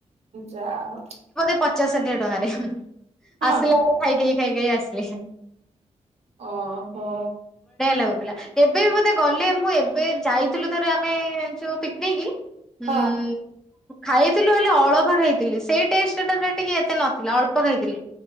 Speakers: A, on the right; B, in the centre.
A: ଯା ହଉ
B: ପଚାଶ ହଜାର ଟଙ୍କାରେ
A: ହଁ
B: ଆସିଲା ଆଡେ ଖାଇକିଆ ଖାଇ ଖାଇ ଆସିଲେ।
A: ଓହୋ।
B: ଲାଗୁଥିଲା ଏବେ ବି ବୋଧେ ଗଲେ ମୁଁ ଏବେ ଯାଇଥିଲୁ ଥରେ ଆମେ ପିକନିକ। ହୁଁ।
A: ହଁ
B: ଖାଇବି ଖାଇଥିଲୁ ହେଲେ ଅଳପ ଖାଇଥିଲି ସେଇ ଟେଷ୍ଟ ଟା ଟିକେ ଏତେ ନଥିଲା ଅଳପ ଖାଇଥିଲେ